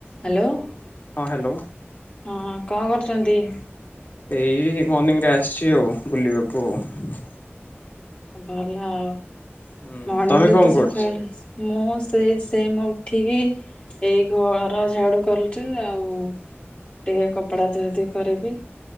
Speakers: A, on the left; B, on the left.
A: hello ହ
B: ହଁ Hello
A: କଣ କରୁଛ? ଚନ୍ତି।
B: ଏଇ ମର୍ଣ୍ଣିଂରେ ଆସିଛି ଆଉ ବୁଲିବାକୁ ଆଉ।
A: ଭଲ ଆଉ
B: ହୁଁ
A: ମର୍ଣିଂ
B: ତମେ
A: ରେ
B: କଣ
A: ତ ସଖାଳୁ
B: କରୁଛ?
A: ମୁଁ ରେ ସେ ମୁଁ ଉଠିକି ଏଇ ଘର ଝାଡୁ କରଛିୁ ଆଉ ଟିକେ କପଡା ଧୁଆ ଧୁଇ କରିବି।